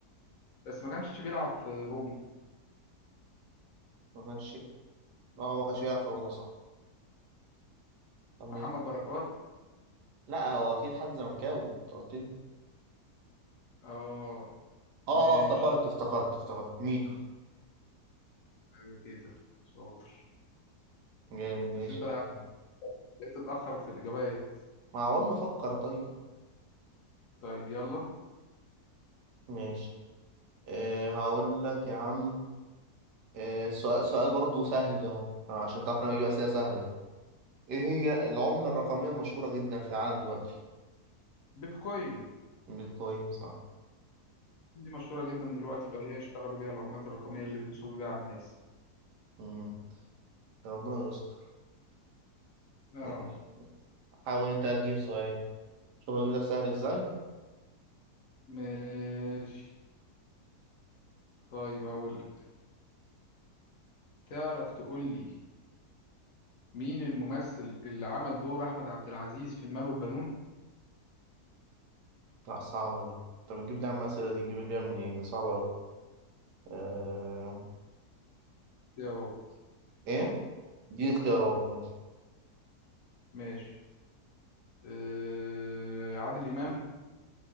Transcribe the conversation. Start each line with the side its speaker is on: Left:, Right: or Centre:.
Left: بس ما كانش بيلعب في روما
Right: ما كانش اه ما كانش بيلعب في روما صح طب مين
Left: محمد بركات
Right: لا هو اكيد حد زملكاوي انت قلت لي
Left: اه
Right: اه
Left: ماشي
Right: افتكرت افتكرت افتكرت ميدو
Left: ايوه كده شاطر
Right: جامد ماشي
Left: بس انت
Right: يا عم
Left: بقيت تتأخر في الإجابات
Right: ما عمال بفكر طيب
Left: طيب يلا
Right: ماشي أه هقول لك يا عم أه سؤال سؤال برضه سهل اهو عشان تعرف إن انا بجيب اسئله سهله ايه هي العمله الرقميه المشهوره جدا في العالم دلوقتي
Left: بيتكوين
Right: البيتكوين صح
Left: دي مشهورة جدا دلوقتي بقى هي يشتغلوا بيها العملات الرقمية اللي بينصبوا بيها على الناس
Right: امم يا ربنا يستر
Left: اه
Right: ماشي حاول انت هتجيب سؤال شوف هجيب لك سهل ازاي
Left: ماشي طيب هقول لك تعرف تقول لي مين الممثل اللي عمل دور أحمد عبد العزيز في المال والبنون؟
Right: لا صعبه دي طب تجيب لي يا عم اسئله دي تجيب لي منين دي صعبه قوي أه...
Left: اختيارات
Right: ايه دي اختيارات ماشي
Left: ماشي آه عادل إمام